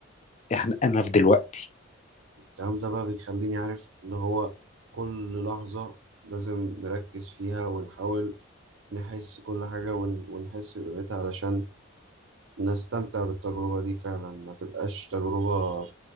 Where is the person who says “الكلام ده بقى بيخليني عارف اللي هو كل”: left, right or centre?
Right